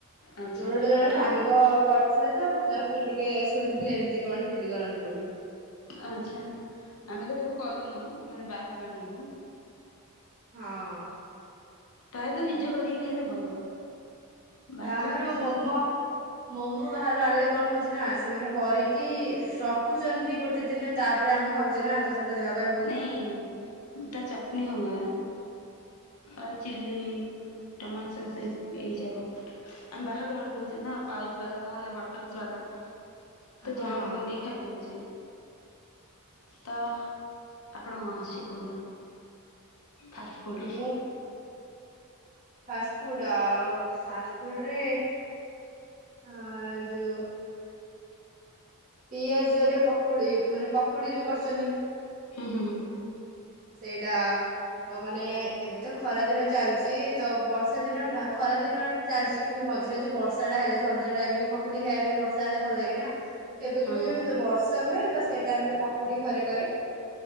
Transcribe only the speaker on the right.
ମୋର ଗୋଟେ ଜଣେ ସାଙ୍ଗ
କ ର୍ଥିଲା ତ ମୁଁ ଯଷ୍ଟ୍ ଣ୍ଡି ଟିକେ ଶୁଣିଥିଲି ଏମ୍ତି କଣ ଚିଲି କରନ୍ତି ବୋଲି।
ହଁ।
ବାହାରୁ
ମୋମୋ
ମୋମୋ ବାହାରୁ ଆଣିଲେ କଣ୍ ହଉଚି ନା ସେମାନେ କରିକି ରଖୁଚନ୍ତି ଗୋଟେ ଦିନ ତାପ୍ରେ ଆମେ ଖାଉଚେ ନା। ତ ସେଟା ଦେହ ପାଇଁ ବ
ହଁ
ମୁଁ। ଫାଷ୍ଟ୍ ଫୁଡ୍ ଆଉ ଫାଷ୍ଟ୍ ଫୁଡ୍ ରେ ହଁ ଯଉ ପିଆଜରେ ପକୁଡି ମାନେ ପକୁଡି ଯୋଉ କର୍ଚନ୍ତି।
ସେଇଟା ମାନେ ଏବେ ତ ଖରା ଦିନ ଚାଲିଛି ତ ବର୍ଷା ଦିନ ନା ଖରା ଦିନ ଚାଲିଛି କିନ୍ତୁ ମଝିରେ ଯୋଉ ବର୍ଷା ଟା ହେଲେ ସନ୍ଧ୍ୟା ଟାଇମ୍ ପକୁଡି ଖାଇବା ପାଇଁ ବର୍ଷା ହେଲେ ଭଲ ଲାଗେ ନା। କେବେ
କେବେ ଯେବେ ବର୍ଷା ହୁଏ ତ ସେ ଟାଇମ୍ ରେ ପକୁଡି ଘରେ କରେ।